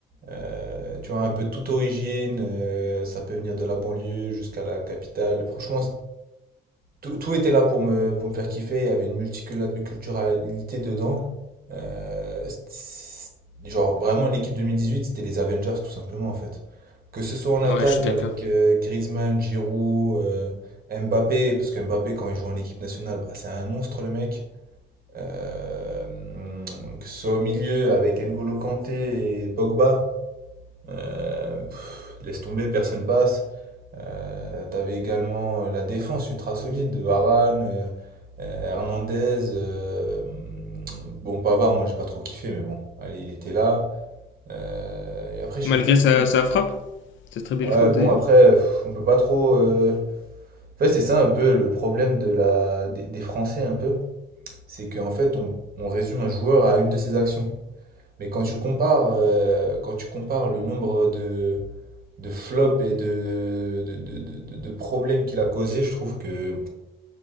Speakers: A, on the right; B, on the left.
A: euh, tu vois, un peu toute origine. euh, ça peut venir de la banlieue jusqu'à la capitale. Franchement, tout, tout était là pour me, pour me faire kiffer, il y avait une multiculturalité dedans. Euh, c'est- genre, vraiment, l'équipe 2018, c'était les Avengers, tout simplement, en fait. Que ce soit en attaque
B: Ouais, je suis d'accord.
A: avec euh, Griezmann, Giroud, euh, Mbappé, parce que Mbappé, quand il joue en équipe nationale, bah, c'est un monstre, le mec. Euh, que ce soit au milieu avec N'Golo Kanté et Pogba, euh, pff, laisse tomber, personne passe. Euh, t'avais également euh, la défense ultra solide, de Varane, euh, euh, Hernandez. euh, bon, Pavard, moi j'ai pas trop kiffé, mais bon, allez, il était là. Euh, et après, je
B: Malgré
A: sais plus c'était
B: sa,
A: qui.
B: sa frappe, sa très belle
A: Ouais,
B: frappe
A: bon,
B: d'ailleurs.
A: après, pff, on peut pas trop. euh, En fait, c'est ça un peu le problème de la... des, des Français, un peu. C'est qu'en fait, on, on résume un joueur à une de ses actions. Mais quand tu compares, euh, quand tu compares le nombre de, de flops et de, de, de, de- de problèmes qu'il a causé, je trouve que